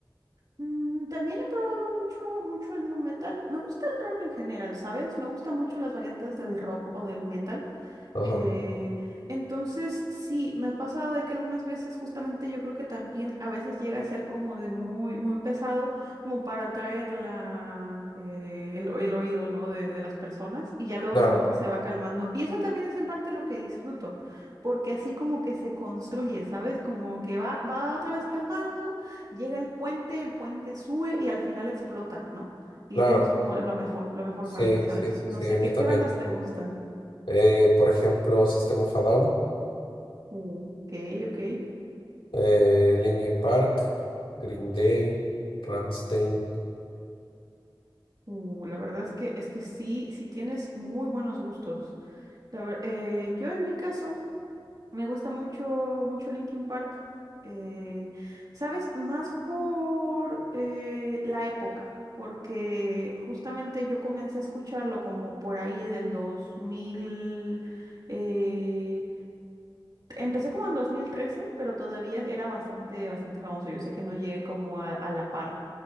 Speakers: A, on the right (about 45°); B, on the left (about 90°).
A: Mm, también he probado mucho, mucho el nu metal. Me gusta el rock en general, ¿sabes? Me gustan mucho las variantes del rock o del metal.
B: Ajá.
A: Eh, entonces, sí, me ha pasado de que algunas veces justamente yo creo que también a veces llega a ser como de muy, muy pesado, como para atraer la, eh, el, el oído, ¿no? de, de las personas y ya luego
B: Claro,
A: como que se va calmando. Y eso también es en parte lo que disfruto, porque así como que se construye, ¿sabes? Como que va, va otra vez calmado, llega el puente, el puente sube y al final explota, ¿no? Y
B: claro.
A: eso es como lo mejor, lo mejor
B: Sí,
A: para mí, ¿sabes?
B: sí, sí,
A: No
B: sí.
A: sé,
B: A mí
A: ¿qué,
B: también.
A: qué bandas te gustan?
B: Eh, por ejemplo, System of a Down,
A: Mm, Ok, ok.
B: eh, Linkin Park, Green Day, Rammstein.
A: Uh, la verdad es que es que sí, sí tienes muy buenos gustos. La ver- eh, yo en mi caso me gusta mucho, mucho Linkin Park. eh, ¿sabes? Más por eh, la época, porque justamente yo comencé a escucharlo como por ahí del 2000. eh, empecé como en 2013, pero todavía era bastante, bastante famoso. Yo sé que no llegué como a a la par.